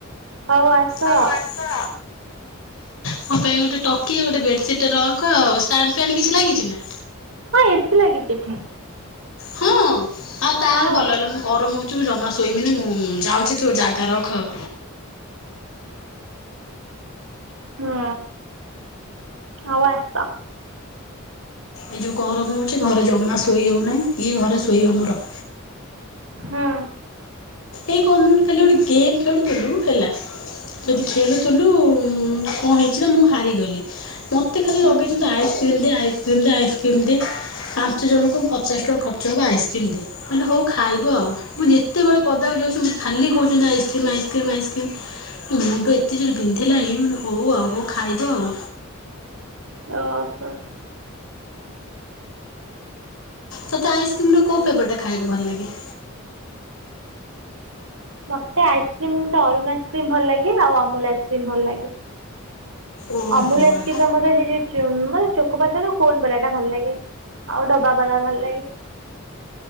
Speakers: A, on the right (about 75°); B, on the left (about 75°).
A: ହଉ
B: ଆସ
A: ଆଉ
B: ମୋ ପାଇଁ ଗୋଟେ ଟକିଆ, ଗୋଟେ ବେଡସିଟ ତ ରଖ ଆଉ ଷ୍ଟାଣ୍ଡ ଫାନ କିଛି ଲାଗିଛି ନା?
A: ହଁ ଏସି ଲାଗିଛି ଏଠି
B: ହଁ। ଆଉ ତାହେଲେ
A: ହଁ
B: ଭଲ ହେଲା, ମୁଁ ଗରମ ହଉଛି ମୁଁ ଜମା ଶୋଇମିନି, ମୁଁ ଯାଉଛି ତୁ ଜାଗା ରଖ ଆଉ।
A: ହୁଁ ହଉ ଆସ।
B: ଏ ଯେଉଁ ଗରମ ହେଉଛି, ଘରେ ଜମା ଶୋଇ ହେଉନାହିଁ। ଇଏ ଘରେ ଶୋଇବ ମୋର
A: ହଁ।
B: ଏଇ କମ୍ପ୍ୟୁଟର ଖାଲି ଗୋଟେ ଗେମ୍ ଖେଳୁ ଖେଳୁଥିଲୁ ହେଲା
A: ହୁଁ
B: ଯଦି ଖେଳୁଥିଲୁ କଣ ହେଇଛି ନା ମୁଁ ହାରିଗଲି। ମୋତେ ଖାଲି
A: ହୁଁ
B: ଲଗେଇଛନ୍ତି ଆଇସ୍କ୍ରିମ୍ ଦେ, ଆଇସ୍କ୍ରିମ୍ ଦେ, ଆଇସ୍କ୍ରିମ୍ ଦେ। ପାଞ୍ଚ ଜଣଙ୍କୁ ପଚାଶ ଟଙ୍କା ଖର୍ଚ୍ଚ ହବ ଆଇସ୍କ୍ରିମ ଦେ, ମାନେ ହଉ ଖାଇବ ଆଉ। ମୁଁ ଯେତେବେଳେ ପଦକ ଯାଉଛନ୍ତି, ମୋତେ ଖାଲି କାଉଛନ୍ତି ଆଇସ୍କ୍ରିମ୍, ଆଇସ୍କ୍ରିମ୍, ଆଇସ୍କ୍ରିମ୍। ମୁଣ୍ଡ ଏତେ ଜୋରେ ବିନ୍ଧିଲାଣି, ମାନେ ହଉ ଆଉ ହଉ ଖାଇବ ଆଉ।
A: ଓହ।
B: ତତେ ଆଇସକ୍ରିମ ର କୋଉ ଫ୍ଲେଭର ଟା ଖାଇବାକୁ ଭଲ ଲାଗେ?
A: ମତେ ଆଇସ୍କ୍ରିମ ରୁ ଅରୁଣ ଆଇସ୍କ୍ରିମ୍ ଭଲ ଲାଗେ, ଆଉ ଅମୁଲ ଆଇସ୍କ୍ରିମ୍ ଭଲ ଲାଗେ।
B: ଓହୋ।
A: ଅମୁଲ
B: ଓହୋ ଭଲ
A: ମ ସେ ଯୋଉେ ଚୋକଲାଟେ ର କୋନ ବାଲା ଟା ଭଲ ଲାଗେ। ଆଉ ଡବା ବାଲା ଭଲ ଲାଗେ।